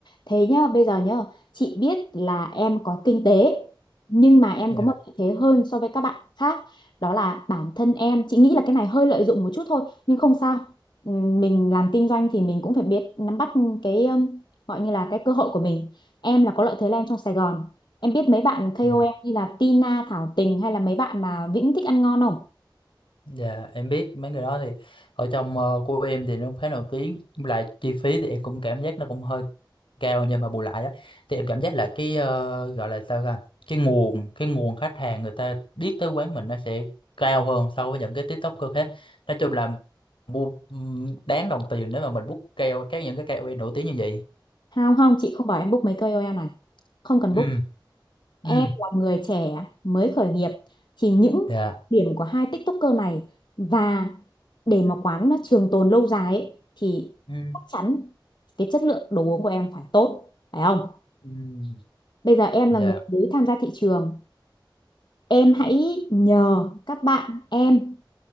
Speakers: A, on the left; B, on the left.
A: thế nhá, bây giờ nhá, chị biết là em có kinh tế, nhưng mà em
B: Dạ,
A: có một lợi thế hơn so với các bạn khác, đó là bản thân em, chị nghĩ là cái này hơi lợi dụng một chút thôi, nhưng không sao. Ừm, Mình làm kinh doanh thì mình cũng phải biết nắm bắt cái um, gọi như là cái cơ hội của mình. Em là có lợi thế là em trong Sài Gòn. Em biết mấy bạn KOL
B: dạ.
A: như là Tina, Thảo Tình hay là mấy bạn mà Vĩnh thích ăn ngon không?
B: Dạ em biết mấy người đó thì ở trong ờ, của em thì nó cũng khá nổi tiếng Với lại chi phí thì em cũng cảm giác nó cũng hơi cao nhưng mà bù lại á thì em cảm giác là cái ờ, gọi là sao ta cái nguồn cái nguồn khách hàng người ta biết tới quán mình nó sẽ cao hơn so với những cái TikToker khác nói chung là mua ừm, đáng đồng tiền nếu mà mình book keo các những cái KOL nổi tiếng như vậy
A: Không không, chị không bảo em book mấy KOL này. Không cần
B: ừ
A: book.
B: ừ
A: Em là người trẻ mới khởi nghiệp thì những
B: dạ
A: điểm của hai TikToker này và để mà quán nó trường tồn lâu dài ấy, thì
B: ừ
A: chắc chắn cái chất lượng đồ uống của em phải tốt phải không?
B: ừ
A: Bây giờ em
B: dạ
A: là người mới tham gia thị trường, em hãy nhờ các bạn em